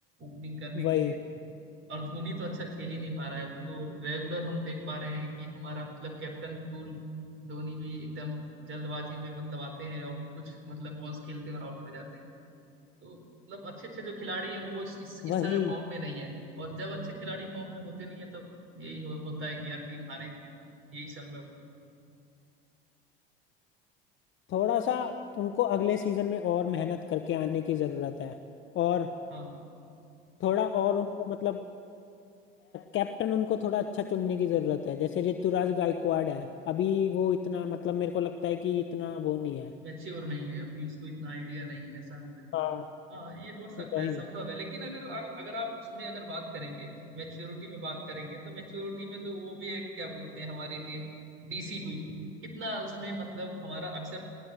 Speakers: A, on the right; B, on the left.
A: ओपनिंग करने
B: वही
A: के लिए और धोनी तो अच्छा खेल ही नहीं पा रहा है वो तो रेगुलर हम देख पा रहे हैं कि हमारा मतलब कैप्टन कूल धोनी भी एकदम जल्दबाजी में मतलब आते हैं और कुछ मतलब बॉल्स खेलते हैं और आउट हो जाते हैं तो मतलब अच्छे अच्छे जो खिलाड़ी हैं वो इस इस, इस
B: वही
A: समय फॉर्म में नहीं है और जब अच्छे खिलाड़ी फॉर्म में होते नहीं है तब यही हो, होता है कि यार टीम हारेगी यही संभव है
B: थोड़ा सा उनको अगले सीजन में और मेहनत करके आने की जरूरत है और
A: हाँ
B: थोड़ा और उनको मतलब कैप्टन उनको थोड़ा अच्छा चुनने की जरूरत है जैसे ऋतुराज गायकवाड़ है अभी वो इतना मतलब मेरे को लगता है कि इतना वो नहीं है
A: मैच्योर नहीं है अभी उसको इतना आइडिया नहीं है ऐसा हमें लगता
B: हाँ
A: है हाँ ये हो सकता
B: वही
A: है संभव है लेकिन अगर अग- अगर आप उसमें अगर बात करेंगे मैच्योरिटी में बात करेंगे तो मैच्योरिटी में तो वो भी है कि क्या बोलते हैं हमारी टीम डीसी हुई कितना उसमें मतलब हमारा अक्षर